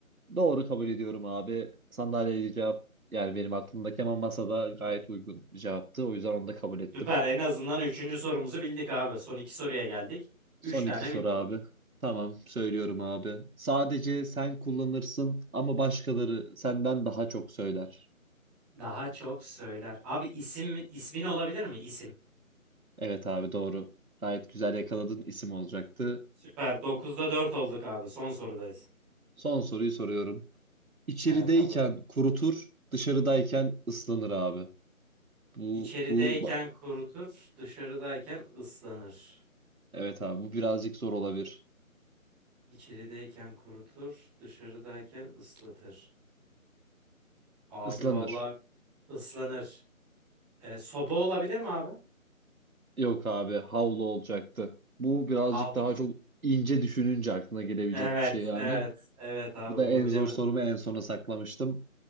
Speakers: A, on the right (about 75°); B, in the centre.
A: Doğru kabul ediyorum abi. Sandalyeli cevap yani benim aklımdaki ama masada gayet uygun bir cevaptı. O yüzden onu da kabul ettim.
B: Süper. En azından üçüncü sorumuzu bildik abi. Son iki soruya geldik.
A: Son
B: Üç tane
A: iki soru
B: bildik.
A: abi. Tamam, söylüyorum abi. Sadece sen kullanırsın ama başkaları senden daha çok söyler.
B: Daha çok söyler. Abi isim ismin olabilir mi? İsim.
A: Evet abi doğru. Gayet güzel yakaladın isim olacaktı.
B: Süper. Dokuzda dört olduk abi. Son sorudayız.
A: Son soruyu soruyorum. İçerideyken
B: Evet abi.
A: kurutur, dışarıdayken ıslanır abi. Bu,
B: İçerideyken
A: bu, ba-
B: kurutur, dışarıdayken ıslanır.
A: evet abi bu birazcık zor olabilir.
B: İçerideyken kurutur, dışarıdayken ıslatır. Abi
A: Islanır.
B: vallahi ıslanır. E, soba olabilir mi abi?
A: Yok abi havlu olacaktı. Bu birazcık
B: Havlu.
A: daha çok ince düşününce aklına gelebilecek
B: Evet,
A: bir şey yani.
B: evet, evet abi
A: Bu da
B: bunu
A: en
B: bilemedim.
A: zor sorumu en sona saklamıştım.